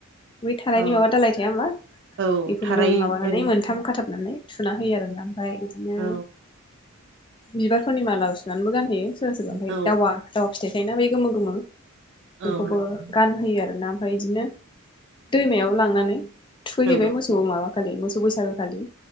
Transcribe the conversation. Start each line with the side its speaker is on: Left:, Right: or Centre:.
Left: बै थाराइयनि
Right: औ
Left: माबा दालाय थाया होनबा
Right: औ
Left: बेफोरजों
Right: थारै
Left: माबानानै
Right: ओं
Left: मोनथाम खाथाब <unintelligible> थुना होयो आरोना ओमफ्राय बिदिनो
Right: औ
Left: बिबारफोरनि मालाबो सुनानैबो गान होयो सोरबा सोरबा आमफाय
Right: औ
Left: दावा दावा फिथाइ थायोना बै गोमो गोमो बेफोरखौबो
Right: औ नंगौ।
Left: <unintelligible> आरोना ओमफ्राय बिदिनो दैमायाव लांनानै थुखैहैबाय
Right: नंगौ
Left: मोसौ माबा खालि मोसौ बैसागो खालि